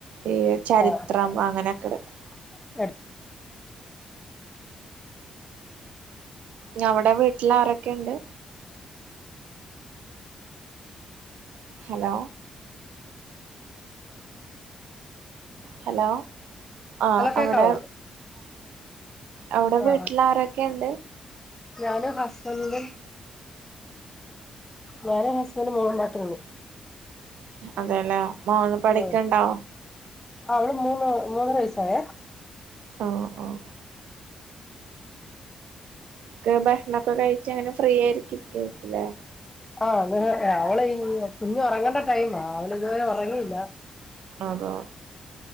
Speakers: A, on the right; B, on the left.
A: ഈ ചരിത്രം
B: ആ
A: അങ്ങനെക്കെട്ക്കും.
B: <unintelligible>
A: ഞവടെ വീട്ടിലാരെക്കെണ്ട്? ഹലോ ഹലോ ആഹ്
B: ഹലോ കേക്കാവോ
A: അവടെ
B: ആ
A: വീട്ടിലാരൊക്കെണ്ട്?
B: ഞാനും ഹസ്ബൻഡും ഞാനും ഹസ്ബൻഡും മോളും മാത്രൊള്ളു.
A: അതെല്ലേ മോള് പഠിക്ക്ണ്ടോ?
B: ആ അവള് മൂന്ന് മൂന്നര വയസ്സായേ
A: ഉം ഉം ക്ക് ഭക്ഷണൊക്കെ കഴിച്ച് അങ്ങനെ ഫ്രീയായ് ര്ക്കിര്ക്കെയ്ക്കുലേ.
B: ആഹ് ത് അവളെ ഈ കുഞ്ഞ് ഒറങ്ങേണ്ട ടൈമാ അവള് ഇത് വരെ ഒറങ്ങില്ല.
A: അതോ